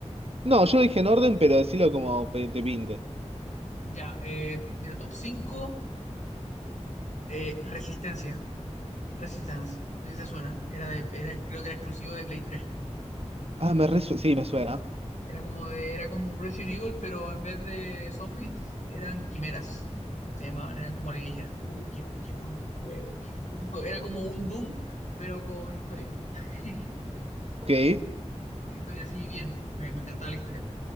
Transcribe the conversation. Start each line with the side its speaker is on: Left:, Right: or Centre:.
Right: No, yo lo dije en orden, pero decilo como pe- te pinte.
Left: Ya, eh, mira, top 5 eh, Resistencia. Resistance, no sé si te suena. Era de, era, creo que era exclusivo de Play 3.
Right: Ah, me re, su- sí, me suena.
Left: Era como de, era como un Resident Evil, pero en vez de zombies, eran quimeras. Se llamaban, eran como alienígenas. Uh, qué, qué buen juego, qué buen juego. Era como un Doom, pero con historia. <laughs> Como
Right: Ok.
Left: con, histo- con historia así bien. Me, me encantaba la historia.